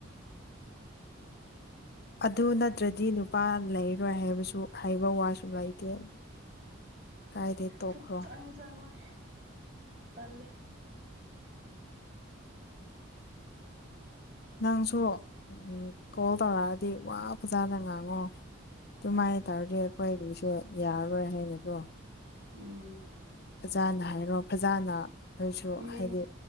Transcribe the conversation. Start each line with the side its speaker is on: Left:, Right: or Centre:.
Left: ꯑꯗꯨ ꯅꯠꯇ꯭ꯔꯗꯤ ꯅꯨꯄꯥ ꯂꯩꯔꯣꯏ ꯍꯥꯏꯕꯁꯨ ꯍꯥꯏꯕ ꯋꯥꯁꯨ ꯂꯩꯇꯦ ꯀꯥꯏꯗꯩ ꯇꯣꯛꯈ꯭ꯔꯣ
Right: ꯁꯨꯛꯆꯪ ꯆꯪꯉꯣꯏ ꯇꯜꯂꯦ
Left: ꯅꯪꯁꯨ ꯎꯝ ꯀꯣꯜ ꯇꯧꯔꯛꯑꯗꯤ ꯋꯥ ꯐꯖꯅ ꯉꯥꯡꯉꯣ ꯑꯗꯨꯃꯥꯏꯅ ꯇꯧꯔꯗꯤ ꯑꯩꯈꯣꯏ ꯑꯗꯨꯁꯨ ꯌꯥꯔꯔꯣꯏ ꯍꯥꯏꯕꯗꯣ
Right: ꯎꯝ
Left: ꯐꯖꯅ ꯍꯥꯏꯔꯣ ꯐꯖꯅ ꯑꯩꯣꯏꯁꯨ
Right: ꯌꯦꯡ
Left: ꯍꯥꯏꯗꯤ